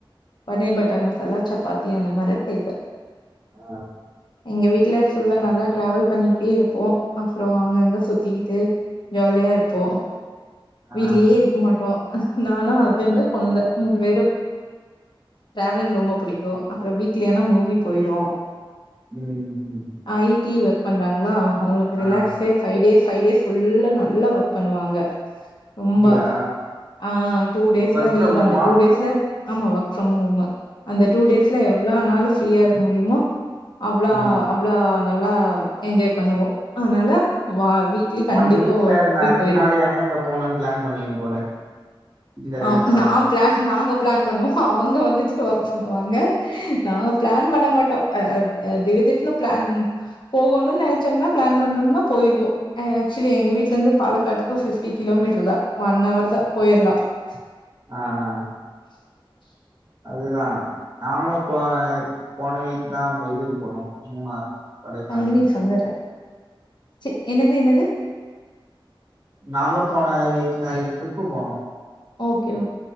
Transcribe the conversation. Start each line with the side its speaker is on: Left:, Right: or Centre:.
Left: பன்னீர் பட்டர் மசாலா சப்பாத்தி அந்த மாரி செய்வே
Right: ஆ
Left: எங்க வீட்ல ஃபுல்லா நல்லா ட்ராவல் பண்ணிக்கிட்டே இருப்போ அப்றொ அங்கங்க சுத்திக்கிட்டு ஜாலியா இருப்போ
Right: ஆ
Left: வீட்லயே இருக்க மாட்டோ நானு ஹஸ்பண்டு கொழந்த மூணு பேரு ட்ராவ்லிங் ரொம்ப புடிக்கு அப்ற வீக்லியானா மூவி போயிருவோ
Right: ம் ம்
Left: ஐ டி ஒர்க் பண்றாங்ளா அவுங்களுக்கு
Right: ஆ
Left: ரிலாக்ஸே ஃபைவ் டே ஃபைவ் டே ஃபுல்லா நல்லா வக் பண்ணுவாங்க ரொம்ப
Right: அப்டியா
Left: ஆ two days
Right: work from
Left: leave
Right: ஹோமா
Left: அந்த டூ டேஸ்ல ஆமா ஒர்க் ஃப்ரம் ஹோமு அந்த டூ டேஸ்ல எ வ்ளாநாளு ஃப்ரீயா இருக்க முடியிமோ அவ்ளா
Right: ம்
Left: அவ்ளா நல்லா என்ஜாய் பண்ணுவோ அத்னால வா வீக்லி கண்டிப்பா
Right: ஒன் வீக்ல
Left: ஒரு
Right: இந்த
Left: மூவி
Right: அஞ்சு
Left: போயிருவோ
Right: நாள் எங்க எங்க போனுன் ப்ளான் பண்ணுவீங்க போல இந்த
Left: ஆ
Right: ரெண்டு நாள்ல
Left: நா ப்ளான் நாங்க ப்ளான் பண்ணுவோ அவுங்க வந்துட்டு ஒர்க் பண்ணுவாங்க நாங்க ப்ளான் பண்ண மாட்டோ அ திடு திப்னு ப்ளான் போகணுன் நெனச்சம்னா ப்ளான் பண்ணம்னா போயிருவோ ஆக்சுவலி எங்க வீட்லெந்து பாலக்காட்டுக்கு ஃபிப்டி கிலோமீட்ரு தா ஒன் அவர் தா போயிர்லா <unintelligible>
Right: ஆ அ அ
Left: <inaudible>
Right: அதுதா நாங்களு போ போன வீக் தா இதுக்கு போனோ மூணார் கொடைக்கானல்
Left: ஃபைவ் மினிட்ஸ் வந்தர்றே செ என்னது என்னது
Right: நாங்களு போன வீக் <unintelligible> ட்ரிப்பு போனோ
Left: ஓகே ஓ